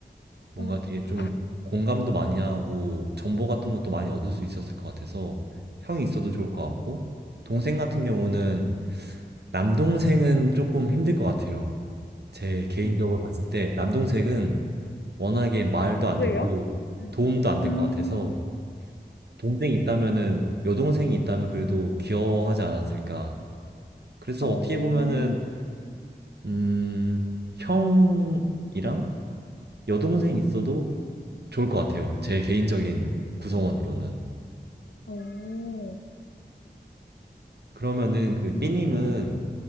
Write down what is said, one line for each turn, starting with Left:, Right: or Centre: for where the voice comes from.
Right: 뭔가
Left: 음,
Right: 되게 좀 공감도 많이 하고 정보 같은 것도 많이 얻을 수 있었을 것 같아서 형이 있어도 좋을 것 같고 동생 같은 경우는 남동생은 조금 힘들 것 같아요. 제 개인적으로 봤을 때 남동생은
Left: 네.
Right: 워낙에 말도 안
Left: 왜요?
Right: 듣고
Left: 네.
Right: 도움도 안 될
Left: 음,
Right: 것 같아서 동생이 있다면은 여동생이 있다면 그래도 귀여워하지 않았을까. 그래서
Left: 어,
Right: 어떻게 보면은 음, 형이랑 여동생 있어도 좋을 것 같아요. 제 개인적인 구성원으로는.
Left: 어,
Right: 그러면은 그
Left: 음,
Right: 삐님은